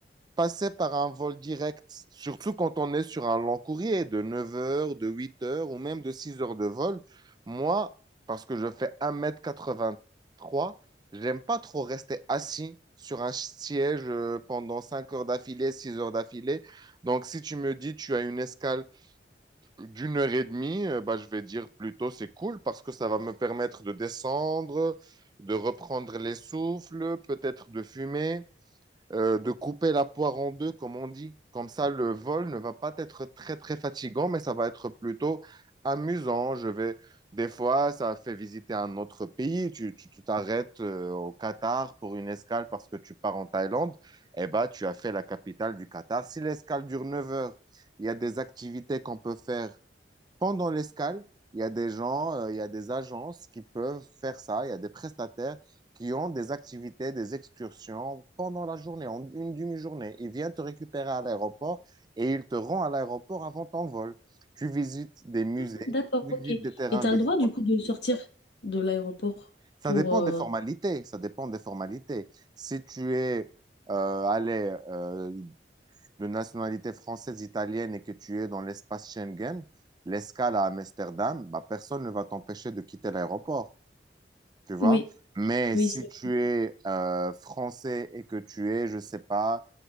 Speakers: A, on the right; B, on the left.
A: passer par un vol direct, surtout quand on est sur un long courrier de 9 heures, de 8 heures ou même de 6 heures de vol, moi, parce que je fais un mètre quatre vingt trois, j'aime pas trop rester assis sur un siège euh, pendant 5 heures d'affilée, 6 heures d'affilée. Donc, si tu me dis tu as une escale d'une heure et demie, euh, bah, je vais dire plutôt c'est cool parce que ça va me permettre de descendre, de reprendre les souffles, peut-être de fumer euh, de couper la poire en deux, comme on dit. Comme ça, le vol ne va pas être très, très fatigant, mais ça va être plutôt amusant. Je vais, des fois, ça fait visiter un autre pays. Tu, tu, tu t'arrêtes euh, au Qatar pour une escale parce que tu pars en Thaïlande. Eh ben, tu as fait la capitale du Qatar. Si l'escale dure 9 heures, il y a des activités qu'on peut faire pendant l'escale, il y a des gens, euh, il y a des agences qui peuvent faire ça. Il y a des prestataires qui ont des activités, des excursions pendant la journée, en une demi-journée. Ils viennent te récupérer à l'aéroport et ils te rendent à l'aéroport avant ton vol. Tu visites des musées,
B: Ah, D'accord,
A: tu
B: ok.
A: visites
B: Et
A: des terrains
B: tu
A: de
B: as le droit,
A: sport.
B: du coup, de sortir de l'aéroport
A: Ça
B: pour...
A: dépend
B: euh,
A: des formalités. Ça dépend des formalités. Si tu es euh, allé euh, de nationalité française, italienne et que tu es dans l'espace Schengen, l'escale à Amsterdam, bah, personne ne va t'empêcher de quitter l'aéroport, tu vois.
B: Oui,
A: Mais
B: oui,
A: si
B: c'est-
A: tu es euh, français et que tu es, je sais pas,